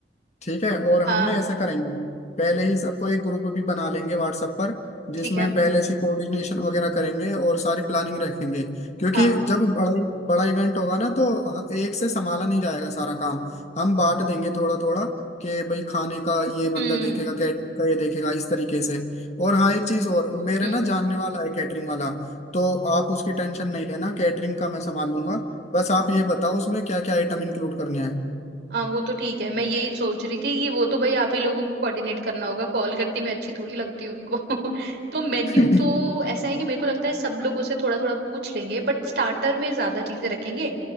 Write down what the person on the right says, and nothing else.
हाँ
ठीक है
हाँ
हम्म
हम्म
हाँ वो तो ठीक है मैं यही सोच रही थी कि वो तो भाई आप ही लोगों को कोऑर्डिनेट करना होगा कॉल करती मैं अच्छी थोड़ी लगती हूँ उनको <laughs> तो मेन्यू
तो ऐसा है कि मेरे को लगता है सब लोगों से थोड़ा थोड़ा पूछ लेंगे बट स्टार्टर में ज्यादा चीजें रखेंगे